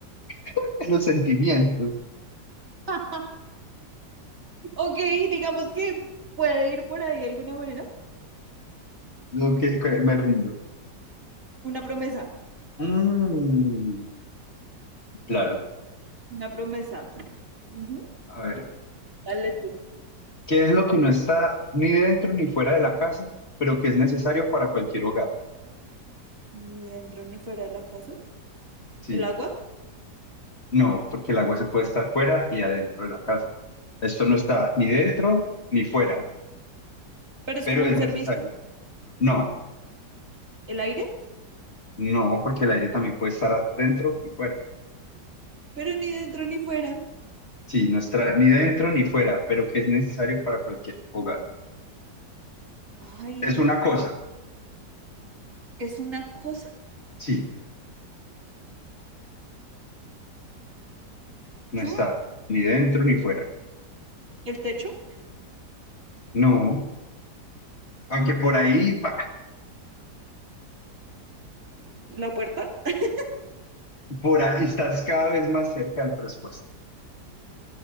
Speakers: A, on the left; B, on the right.
A: <laughs> Los sentimientos.
B: <laughs> Ok, digamos que puede ir por ahí de alguna manera.
A: Lo que, que me rindo.
B: Una promesa,
A: Mm, claro.
B: una promesa. Ujú,
A: A ver,
B: Dale tú.
A: ¿qué es lo que no está ni dentro ni fuera de la casa, pero que es necesario para cualquier hogar?
B: Ni dentro ni fuera de la casa.
A: Sí.
B: ¿El agua?
A: No, porque el agua se puede estar fuera y adentro de la casa. Esto no está ni dentro ni fuera,
B: Pero es
A: pero
B: como
A: es
B: un servicio.
A: necesario. No,
B: ¿El aire?
A: no, porque el aire también puede estar dentro y fuera.
B: Pero ni dentro ni fuera.
A: Sí, no está ni dentro ni fuera, pero que es necesario para cualquier hogar.
B: Ay,
A: Es una cosa.
B: ¿es una cosa?
A: Sí. No está
B: <laughs> Mm,
A: ni dentro ni fuera.
B: ¿El techo?
A: No. Aunque por ahí, va,
B: Mm, ¿La puerta? <laughs>
A: por ahí estás cada vez más cerca de la respuesta.